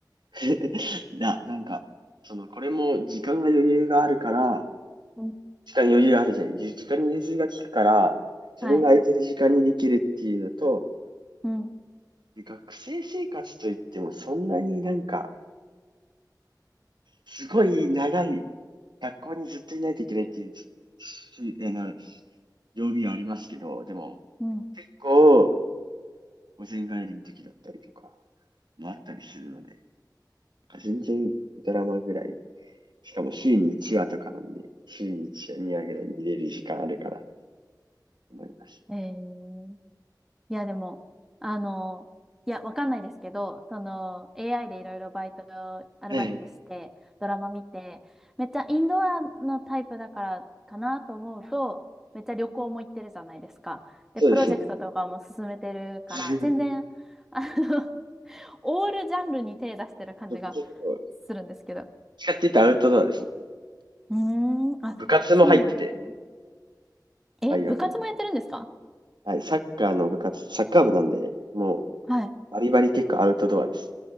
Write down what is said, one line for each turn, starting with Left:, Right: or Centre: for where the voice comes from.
Right: <laughs> いや、なんか、その、これも時間が余裕があるから、
Centre: うん
Right: 時間に余裕があるじゃない。じ時間に融通が利くから、
Centre: はい。
Right: 自分が空いてる時間にできるっていうのと、
Centre: うん。
Right: 学生生活といってもそんなになんか、すごい長い、学校にずっといないといけないっていうじ、しあの、曜日はありますけど、でも、
Centre: うん。
Right: 結構、午前帰りの時だったりとか、もあったりするので、全然ドラマぐらい、しかも週に1話とかなんで、週に1話、2話ぐらい見れる時間あるから思います。
Centre: えーいや、でも、あの、いや、わかんないですけど、その、AI でいろいろバイト、アルバイトして、
Right: はい。
Centre: ドラマ見て、めっちゃインドアのタイプだからかなと思うと、めっちゃ旅行も行ってるじゃないですか。で、
Right: そうですね。
Centre: プロジェクトとかも進めてるから、
Right: <laughs>
Centre: 全然、<laughs> あの、オールジャンルに手出してる感じが
Right: 結構、
Centre: するんですけど。
Right: 使ってたアウトドアですね。
Centre: うーん、あ、
Right: 部活も入ってて、
Centre: そうなんですね。え、
Right: 大学の。
Centre: 部活もやってるんですか
Right: はい、サッカーの部活、サッカー部なんで、もう
Centre: はい。
Right: バリバリ結構アウトドアです。